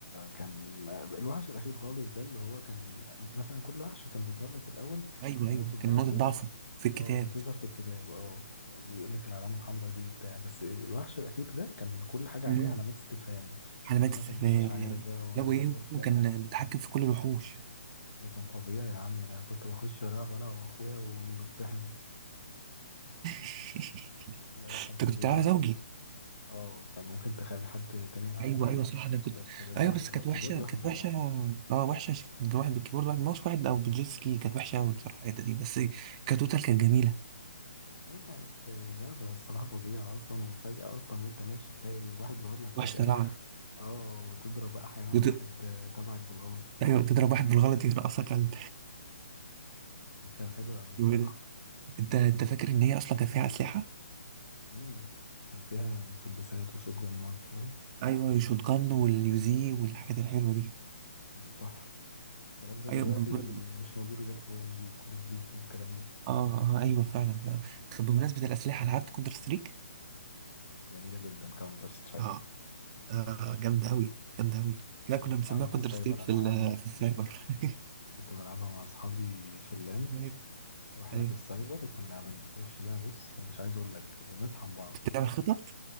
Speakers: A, on the left; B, on the right.
A: كان الوحش الأخير خالص ده اللي هو كان مثلا كل وحش كان بيظهر لك الأول
B: ايوه ايوه
A: نقطة ضعفه
B: كان نقطه ضعفه في الكتاب
A: اه بتظهر في الكتاب اه بيقول لك العلامة الحمراء دي وبتاع بس الوحش الأخير ده كان كل حاجة
B: امم
A: عليه علامات استفهام
B: علامات
A: لو
B: استفهام
A: أنت ما تبقاش عارف بقى هو
B: لا وايه
A: إيه وبتاع
B: وكان متحكم في كل الوحوش
A: ده كان فظيع يا عم ده أنا كنت بخش ألعب أنا وأخويا ونطحن
B: <laughs> انت
A: ده كان
B: كنت بتلعبها
A: فظيع بصراحة
B: زوجي
A: اه كان ممكن تخلي حد تاني يلعب
B: ايوه
A: معاك
B: ايوه صح انا كنت
A: بس لازم
B: ايوه
A: واحد
B: بس
A: بالكيبورد
B: كانت وحشه
A: وواحد
B: كانت
A: بالماوس
B: وحشه اه وحشه عشان كان واحد بالكيبورد واحد ماوس واحد او بالجيت سكي كانت وحشه قوي بصراحه الحته دي بس كتوتال كانت جميله
A: هي كانت لعبة الصراحة فظيعة أصلا وفجأة أصلا وأنت ماشي تلاقي واحد ظهر لك فجأة
B: وحشه طلعنا
A: اه وتضرب أحيانا
B: وت...
A: واحد آه، تبعك بالغلط
B: ايوه تضرب واحد بالغلط يرقصك على
A: كان حلو أوي الصراحة
B: الجو ده انت انت فاكر ان هي اصلا كان فيها اسلحه
A: مم. كان فيها مسدسات وشوت جنات و-
B: ايوه الشوت جان واليوزي والحاجات الحلوه دي
A: كان تحفة الكلام ده دلوقتي
B: ايوه بم...
A: مش موجود غير في بابجي وكول أوف ديوتي والكلام ده
B: اه اه ايوه فعلا فعلا طب بمناسبه الاسلحه لعبت كونتر ستريك
A: جميلة جدا كاونتر سترايك
B: اه آه، جامده قوي جامده قوي لا
A: كنت
B: كنا بنسميها
A: بلعبها
B: كونتر
A: في السايبر
B: ستريك في
A: أنا
B: ال- في السايبر <laughs>
A: كنت بلعبها مع أصحابي في اللان
B: طيب
A: وإحنا
B: ايوه
A: في السايبر وكنا بنخش بقى بص مش عايز أقول لك بنطحن بعض
B: بتعمل خطط